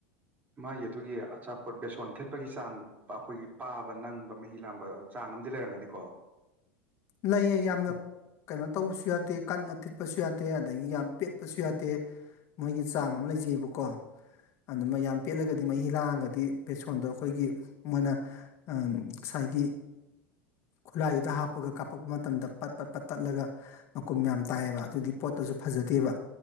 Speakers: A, on the right; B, on the left.
A: ꯃꯥꯒꯤ ꯑꯗꯨꯒꯤ ꯑꯆꯥꯄꯣꯠ ꯕꯦꯁꯣꯟ ꯊꯤꯠꯄꯒꯤ ꯆꯥꯡ ꯕꯥ ꯑꯩꯈꯣꯏꯒꯤ ꯄꯥꯕ ꯅꯪꯕ ꯃꯍꯤ ꯂꯥꯡꯕ ꯆꯥꯡ ꯑꯝꯗꯤ ꯂꯩꯔꯝꯒꯅꯤꯀꯣ
B: ꯂꯩꯌꯦ ꯌꯥꯝꯅ ꯀꯩꯅꯣ ꯇꯧꯕꯁꯨ ꯌꯥꯗꯦ ꯀꯟꯅ ꯊꯤꯠꯄꯁꯨ ꯌꯥꯗꯦ ꯑꯗꯒꯤ ꯌꯥꯝ ꯄꯦꯠꯄꯁꯨ ꯌꯥꯗꯦ ꯃꯣꯏꯒꯤ ꯆꯥꯡ ꯑꯃ ꯂꯩꯖꯩꯑꯕꯀꯣ ꯑꯗꯨꯃ ꯌꯥꯝ ꯄꯦꯠꯂꯒꯗꯤ ꯃꯍꯤ ꯂꯥꯡꯉꯒꯗꯤ ꯕꯦꯁꯣꯟꯗꯣ ꯑꯩꯈꯣꯏꯒꯤ ꯃꯣꯏꯅ ꯉꯁꯥꯏꯒꯤ ꯈꯨꯠꯂꯥꯏꯗꯨꯗ ꯍꯥꯞꯄꯒ ꯀꯥꯞꯄꯛꯄ ꯃꯇꯝꯗ ꯄꯠ ꯄꯠ ꯄꯠ ꯇꯠꯂꯒ ꯃꯀꯨꯝ ꯌꯥꯝ ꯇꯥꯏꯑꯦꯕ ꯑꯗꯨꯒꯤ ꯄꯣꯠꯇꯨꯁꯨ ꯐꯖꯗꯦꯕ